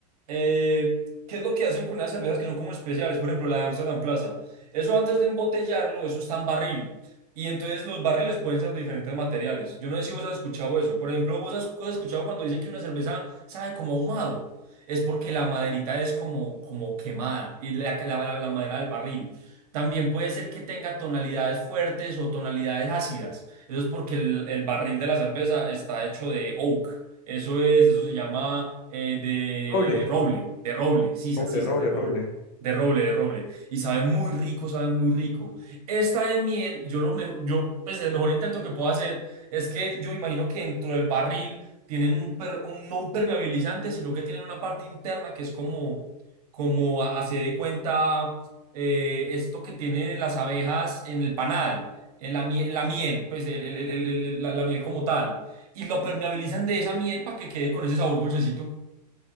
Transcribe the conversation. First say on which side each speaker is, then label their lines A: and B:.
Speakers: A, on the right; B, on the left.
A: Eh, ¿qué es lo que hacen con las cervezas que son como especiales? Por ejemplo, la de Amsterdam Plaza. Eso antes de embotellarlo, eso está en barril. Y entonces los barriles pueden ser de diferentes materiales. Yo no sé si vos has escuchado eso. Por ejemplo, vos has, has escuchado cuando dicen que una cerveza sabe como ahumado. Es porque la maderita es como, como quemada y la, la, la- la madera del barril. También puede ser que tenga tonalidades fuertes o tonalidades ácidas. Eso es porque el, el barril de la cerveza está hecho de oak. Eso es, eso se llama eh, de
B: Roble,
A: roble, de roble, sisas,
B: roble,
A: sisas,
B: roble,
A: de roble,
B: roble.
A: de roble, de roble. Y sabe muy rico, sabe muy rico. Esta de miel, yo lo mejor, yo, pues el mejor intento que puedo hacer es que yo imagino que dentro del barril tienen un, per- un no un permeabilizante, sino que tienen una parte interna que es como, como a- hace de cuenta eh, esto que tienen las abejas en el panal, en la, mie- la miel, pues el- el- el- el- el- la la miel como tal y lo permeabilizan de esa miel para que quede con ese sabor dulcecito.